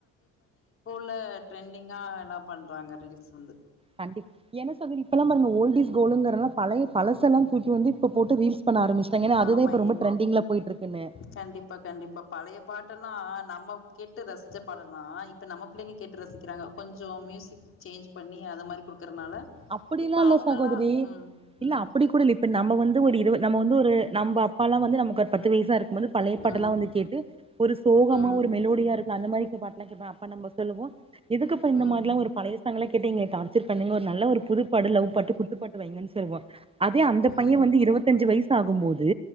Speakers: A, on the left (about 45°); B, on the right (about 20°).
A: ல ட்ரெண்டிங்கா எல்லா பண்றாங்க ரீல்ஸ் ஆ
B: கண்டிப் என்ன சகோதரி இப்ப எல்லாம் பாருங்க ஓல்ட் இஸ் கோல்ட்டுங்கறனால எல்லா பழைய பழச எல்லா தூக்கி வந்து இப்ப போட்டு ரீல்ஸ் பண்ண ஆரம்பிச்சுட்டாங்க ஏன்னா அது
A: ஆமா
B: தான் இப்ப ரொம்ப
A: ஏ
B: டிரெண்டிங்ல போயிட்டு இருக்குனு
A: கண்டிப்பா கண்டிப்பா பழைய பாட்டெல்லா நம்ம கேட்டு ரசிச்சப் பாடலாம் இப்ப நம் பிள்ளைங்க கேட்டு ரசிக்கிறாங்க கொஞ்சோ மியூசிக் சேஞ்ச் பண்ணி அது மாதிரி குடுக் கறனால
B: அப்படிலா
A: இப்ப
B: இல்ல
A: அவங்கெல்லா
B: சகோதரி
A: உம்
B: இல்ல
A: உம்
B: அப்படி கூட இல்ல நம்ம வந்து ஒரு இருவ நம்ம வந்து ஒரு நம்ம அப்பாாலா வந்து நமக்கு ஒரு பத்து வயசா இருக்கு போது பழைய பாட்டெல்லா
A: ம்
B: வந்து கேட்டு ஒரு சோகமா
A: ம்
B: ஒரு மெலோடியா இருக்க அந்த மாரி பாட்டெல்லா கேப்பாங்க அப்ப நம்ம சொல்லுவோ எதுக்குப்பா இந்த
A: ம் ம்
B: மாரிலா ஒரு பழையசாங்கல கேட்டு எங்கள டார்ச்சர் பண்றீங்கோ புதுப்பாடு லவ் பாட்டு குட்டுப்பாட்டு வெய்ங்கனு சொல்லுவோ அதே அந்த
A: ம்
B: பையன் வந்து இருபத்தஞ்சு வயசு ஆகும் போது